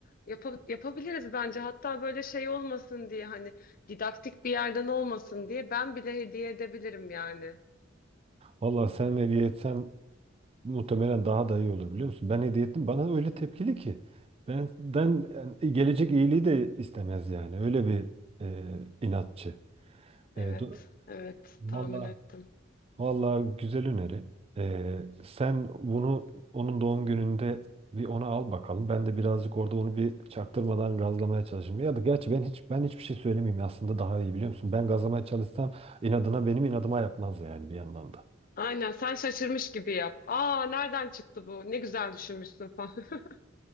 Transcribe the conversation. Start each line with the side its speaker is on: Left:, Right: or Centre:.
Left: yapa- yapabiliriz bence. Hatta böyle şey olmasın diye hani didaktik bir yerden olmasın diye ben bile hediye edebilirim yani.
Right: Valla sen hediye etsen muhtemelen daha da iyi olur biliyor musun? Ben hediye ettim bana öyle tepkili ki. Benden yani gelecek iyiliği de istemez yani. Öyle bir eee, inatçı. Eee
Left: Evet,
Right: do-
Left: evet
Right: Vallahi.
Left: tahmin ettim.
Right: Vallahi güzel öneri. Ee, sen bunu onun doğum gününde bir ona al bakalım. Ben de birazcık orada onu bir çaktırmadan gazlamaya çalışayım. Ya da gerçi ben hiç ben hiçbir şey söylemeyeyim aslında daha iyi biliyor musun? Ben gazlamaya çalışsam inadına benim inadıma yapmaz yani bir yandan da.
Left: Aynen sen şaşırmış gibi yap. Aa nereden çıktı bu? Ne güzel düşünmüşsün falan. <laughs>